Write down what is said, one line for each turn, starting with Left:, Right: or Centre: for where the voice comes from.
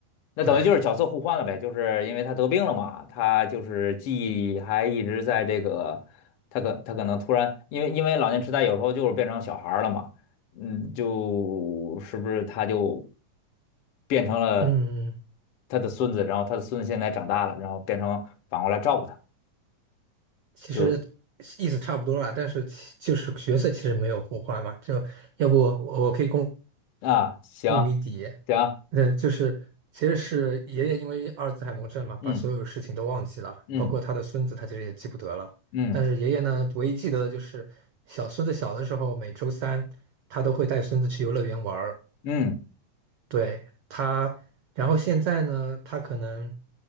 Left: 那等于就是角色互换了呗，
Right: 对，
Left: 就是因为他得病了嘛，他就是记忆还一直在这个，他可他可能突然，因为因为老年痴呆有时候就是变成小孩儿了嘛，嗯，就是不是他就变成了
Right: 嗯，
Left: 他的孙子，然后他的孙子现在长大了，然后变成反过来照顾他，
Right: 其实
Left: 就
Right: 意思差不多了，但是其就是角色其实没有互换嘛。就要不我我可以公。
Left: 啊，行
Right: 雾谜底，
Left: 行，
Right: 嗯，就是其实是爷爷因为阿尔兹海默症嘛，把所有事情都忘记了，
Left: 嗯嗯
Right: 包括他的孙子，他其实也记不得了。
Left: 嗯
Right: 但是爷爷呢，唯一记得的就是小孙子小的时候，每周三他都会带孙子去游乐园玩儿。
Left: 嗯
Right: 对，他，然后现在呢，他可能，